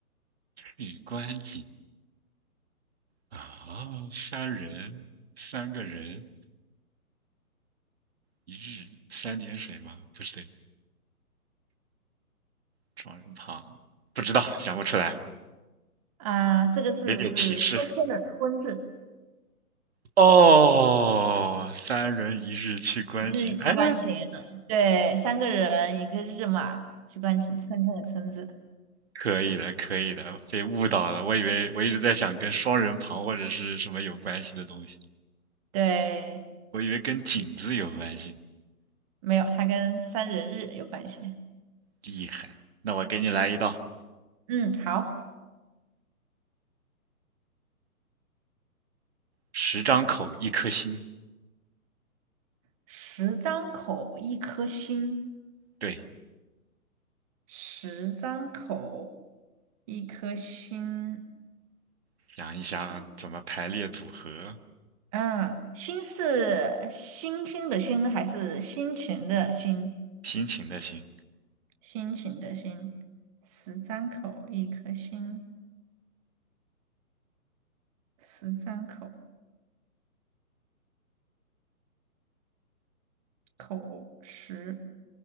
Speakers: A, on the right; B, on the right.
A: 去观景啊，三人三个人一日三点水吗？不对，双人旁，不知道，想不出来。
B: 啊，这个字是春天的“春”字，
A: 给点提示。哦，三人一日去观景，
B: 一日去观景，
A: 哎，
B: 对，三个人一个日嘛，去观景，春天的“春”字，
A: 可以的，可以的，被误导了。我以为我一直在想跟双人旁或者是什么有关系的东西，
B: 对，
A: 我以为跟景字有关系呢
B: 没有，它跟三人日有关系。
A: 厉害，那我给你来一道，
B: 嗯，好，
A: 十张口，一颗心。
B: 十张口，一颗心。
A: 对，
B: 十张口，一颗心
A: 想一想怎么排列组合，
B: 是啊，心是星星的星还是心情的心？
A: 心情的心。
B: 心情的心，十张口，一颗心，十张口，口十